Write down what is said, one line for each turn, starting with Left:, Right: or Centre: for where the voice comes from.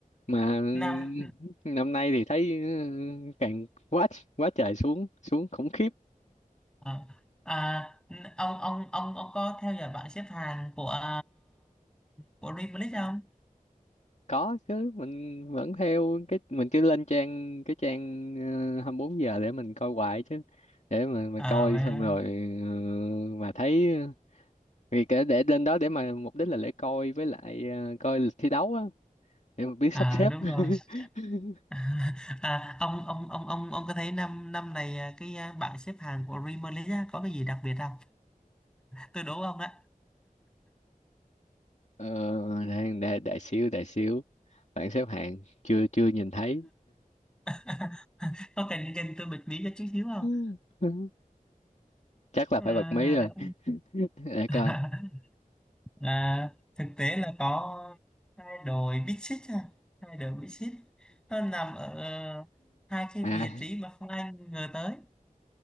Left: mà
Centre: năm
Left: năm nay thì thấy ừ, càng quá quá trời xuống xuống khủng khiếp
Centre: Ờ, à, n- ông ông ông ông có theo dõi bảng xếp hạng của à, của Dreamlist không?
Left: có chứ mình vẫn theo cái mình cứ lên trang cái trang ờ, 24 giờ để mình coi hoài chứ để mà mình
Centre: Ờ,
Left: coi
Centre: mà-
Left: xong rồi ờ, mà thấy ờ, vì cái để lên đó để mà mục đích là để coi với lại ờ, coi thi đấu á để mà biết sắp
Centre: à,
Left: xếp
Centre: đúng
Left: <laughs>
Centre: rồi. <laughs> À, ông ông ông ông ông có thấy năm năm này à, cái à, bảng xếp hạng của Dreamlist á, có cái gì đặc biệt không? Tôi đố ông đó.
Left: Ờ, đang đại, đại xíu đại xíu bảng xếp hạng chưa chưa nhìn thấy
Centre: <laughs> Có cần cần tôi bật mí cho chút xíu không?
Left: <laughs> chắc là
Centre: Ờ,
Left: phải bật mí rồi <laughs> để
Centre: <laughs>
Left: coi
Centre: à, thực tế là có hai đội Big Six ha hai đội Big Six nó nằm ở ờ, hai cái
Left: à
Centre: vị trí mà không ai ngờ tới